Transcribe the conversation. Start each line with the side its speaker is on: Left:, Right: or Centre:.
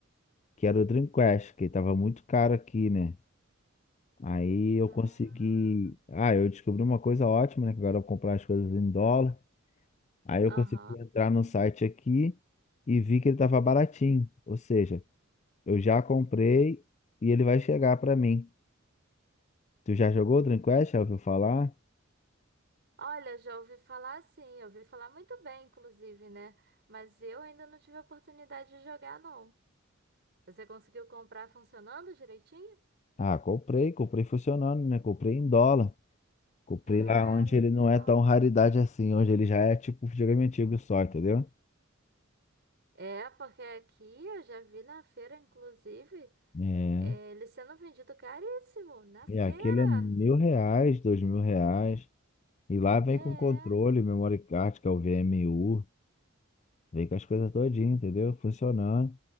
Left: que era o Dreamcast, que tava muito caro aqui, né? Aí eu
Right: ah,
Left: consegui. Ah, eu descobri uma coisa ótima, né? Que agora eu vou comprar as coisas em dólar. Aí eu
Right: aham.
Left: consegui entrar no site aqui e vi que ele tava baratinho. Ou seja, Eu já comprei e ele vai chegar pra mim. Tu já jogou o Dreamcast? Já ouviu falar?
Right: Olha, já ouvi falar sim, eu ouvi falar muito bem, inclusive, né? Mas eu ainda não tive a oportunidade de jogar, não. Você conseguiu comprar funcionando direitinho?
Left: Ah, comprei, comprei funcionando, né? Comprei em dólar. Comprei
Right: Ah,
Left: lá onde
Right: legal.
Left: ele não é tão raridade assim, onde ele já é tipo um videogame antigo só, entendeu?
Right: É, porque aqui eu já vi na feira, inclusive.
Left: É.
Right: É, ele sendo vendido caríssimo na feira.
Left: E aquele é mil reais, dois mil reais. E lá vem
Right: É.
Left: com controle, memory card, que é o VMU. Vem com as coisas todinhas, entendeu? Funcionando.